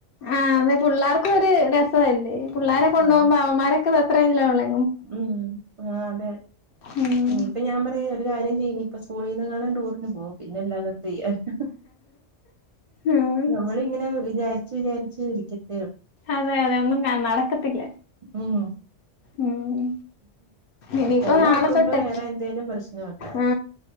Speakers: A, on the left; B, on the right.
A: ആ അത് പിള്ളേർക്ക് ഒരു രസവല്ലേ പിള്ളേരെ കൊണ്ടുപോകുമ്പോ
B: ആഹ്
A: അവന്മാരൊക്കെ അത്രല്ലള്ളൂ
B: ഉം ആ അതെ
A: ഉം
B: ഇനിപ്പ ഞാൻ പറയാ ഒരു കാര്യം ചെയ്യ് ഇനി ഇപ്പൊ സ്കൂളീന്ന് എങ്ങാണം ടൂറിന് പോ പിന്നെല്ലാത എന്ത് ചെയ്യാനാ
A: ഉം
B: നമ്മളിങ്ങനെ വിചാരിച്ചു വിചാരിച്ച് ക്ക
A: അതെ അതെ ഒന്നും കാ നടക്കത്തില്ല
B: ഉം
A: ഉം ഇനിയിപ്പ
B: എല്ലാം
A: നാളത്തൊട്ട്
B: ഒക്കുമ്പോ വേറെ എന്തേലും പ്രശ്നം ഉണ്ടാവും
A: ആ